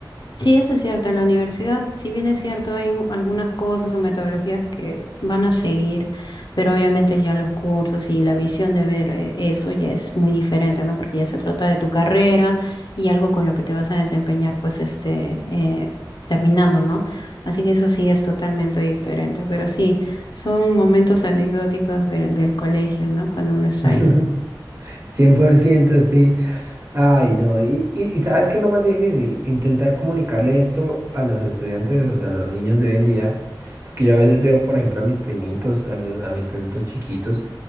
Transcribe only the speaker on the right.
<laughs>
cien por ciento sí. Ay, no. Y, y, y ¿sabes qué es lo más difícil? Intentar comunicarle esto a los estudiantes, o sea, a los niños de hoy en día. Porque yo a veces veo, por ejemplo, a mis primitos, a, los- a mis primitos chiquitos,